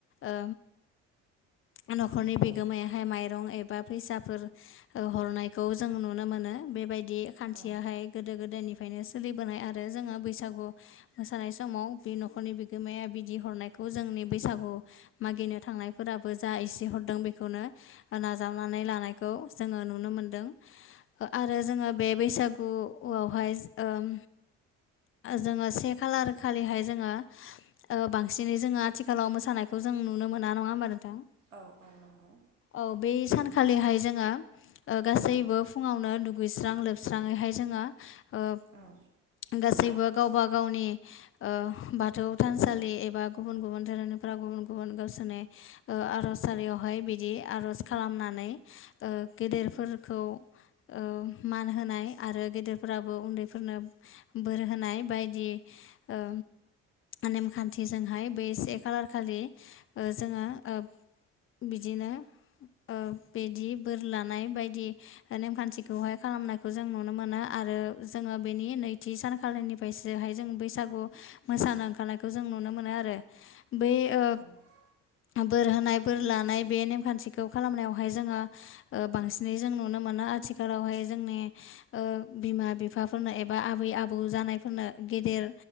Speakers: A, on the left; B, on the right.
A: ओ न'खरनि बिगोमायाहाय माइरं एबा फैसाफोर ओ हरनायखौ जों नुनो मोनो बेबायदि खान्थियाहाय
B: औ
A: गोदो गोदायनिफ्रायनो सोलिबोनाय आरो जोङो बैसागु मोसानाय समाव बे न'खरनि बिगोमाया बिदि हरनायखौ जोंनि बैसागु मागिनो थांनायफोराबो जा एसे हरदों बेखौनो नाजावनानै लानायखौ जोङो नुनो मोनदों आरो जोङो बे बैसागुआवहाय ओम जोङो से खालार खालिहाय जोङो ओ बांसिनै जोङो आथिखालाव मोसानायखौ जों नुनो मोना नङा होमबा नोंथां
B: औ औ नंगौ
A: औ बै सानखालिहाय जोङो ओ गासैबो फुङावनो दुगैस्रां लोबस्राङैहाय जोङो ओ
B: औ
A: गासैबो गावबा गावनि ओ बाथौ थानसालि एबा गुबुन गुबुन धोरोमनिफ्राव गुबुन गुबुन गावसोरनि ओ आर'ज आरारियावहाय बिदि आर'ज खालामनानै ओ गेदेरफोरखौ ओ मान होनाय आरो गेदेरफोराबो उन्दै फोरनो बोर होनाय बायदि ओ नेमखान्थिजोंहाय बे से खालार खालि ओ जोङो ओ बिदिनो ओ बिदि बोर लानाय बायदि नेमखान्थिखौहाय खालामनायखौ जों नुनो मोनो आरो जोङो बेनि नैथि सानखालिनिफ्रायसोहाय जों बैसागु मोसानो ओंखारनायखौ जों नुनो मोनो आरो बै ओ
B: औ
A: बोर होनाय बोर लानाय बे नेमखान्थिखौ खालामनायावहाय जोङो बांसिनै जों नुनो मोना आथिखालावहाय जोंनि ओ बिमा बिफा फोरनो एबा आबै आबौ जानायफोरनो गेदेर